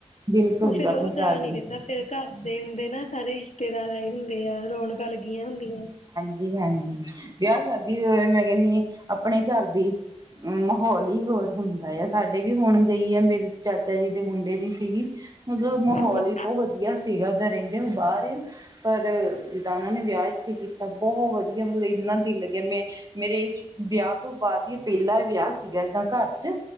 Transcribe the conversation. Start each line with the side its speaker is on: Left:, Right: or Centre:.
Right: ਬਿਲਕੁਲ
Left: ਉਹ ਫੇਰ
Right: ਜੀ
Left: ਉਹ
Right: ਆਪਣੇ
Left: ਚਾ
Right: ਘਰ
Left: ਨੀ
Right: ਦੀ
Left: ਰਹਿੰਦਾ, ਫੇਰ ਘਰ ਦੇ ਹੁੰਦੇ ਨਾ ਸਾਰੇ ਰਿਸ਼ਤੇ ਰਿਸ਼ਤੇਦਾਰਾਂ ਹੀ ਹੁੰਦੇ ਆ, ਰੌਣਕਾਂ ਲੱਗੀਆਂ ਹੁੰਦੀਆਂ।
Right: ਜੀ ਹਾਂਜੀ, ਵਿਆਹ ਸ਼ਾਦੀ ਹੋ ਹੋਵੇ ਮੈਂ ਕਹਿੰਦੀ ਆਪਣੇ ਘਰ ਦੀ ਮਾਹੌਲ ਹੀ ਹੋਰ ਹੁੰਦਾ, ਆ ਸਾਡੇ ਵੀ ਹੁਣ ਗਈ ਆ ਮੇਰੇ ਚਾਚਾ ਜੀ ਦੇ ਮੁੰਡੇ ਦੀ ਸੀਗੀ ਮਤਲਬ ਮਾਹੌਲ
Left: ਹੂੰ
Right: ਹੀ ਬਹੁਤ ਵਧੀਆ ਸੀਗਾ, ਉੱਦਾਂ ਰਹਿੰਦੇ ਹੋ ਬਾਹਰ ਆ ਪਰ ਜਿੱਦਾਂ ਉਹਨਾਂ ਨੇ ਵਿਆਹ ਇੱਥੇ ਕੀਤਾ ਬਹੁਤ ਵਧੀਆ, ਮਤਲਬ ਇੰਨਾ ਦਿਲ ਲੱਗਿਆ ਮੈਂ ਮੇਰੇ ਵਿਆਹ ਤੋਂ ਬਾਅਦ ਹੀ ਪਹਿਲਾ ਵਿਆਹ ਸੀਗਾ, ਏਦਾਂ ਘਰ ਚ